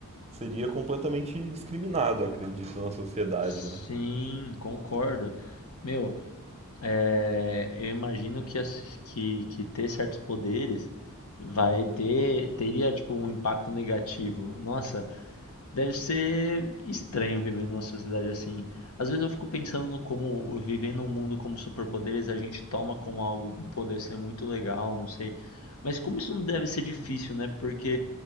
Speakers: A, on the right (about 30°); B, on the left (about 75°).
A: seria completamente discriminado, acredito, na sociedade,
B: sim,
A: né?
B: concordo. Meu, é, eu imagino que, as- que, que ter certos poderes vai ter, teria tipo um impacto negativo. Nossa, Deve ser estranho viver numa sociedade assim. Às vezes eu fico pensando no como o- viver num mundo como superpoderes a gente toma como algo, pô, deve ser muito legal, não sei. Mas como isso não deve ser difícil, né? Porque